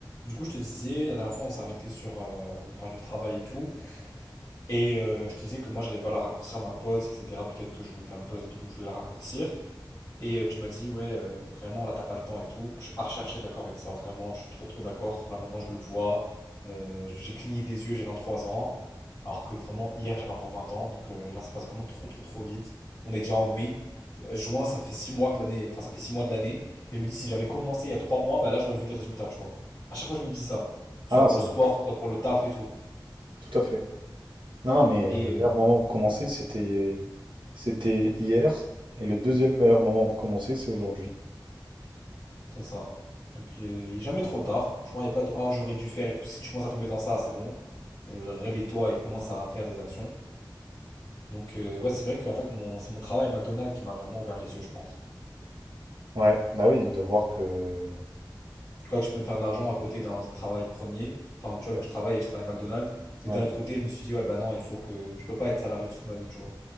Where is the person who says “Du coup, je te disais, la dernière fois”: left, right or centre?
Left